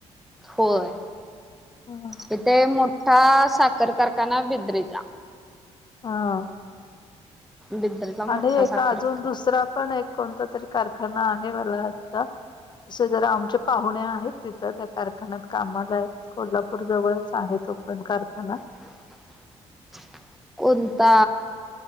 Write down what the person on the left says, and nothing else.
ह
हा.
आणि एक
अजून दुसरा पण एक कोणता तरी कारखाना आहे मला वाटतं. असे जरा आमचे पाहुणे आहेत तिथं त्या कारखान्यात कामाला आहेत कोल्हापूर जवळच आहेत. तो पण कारखाना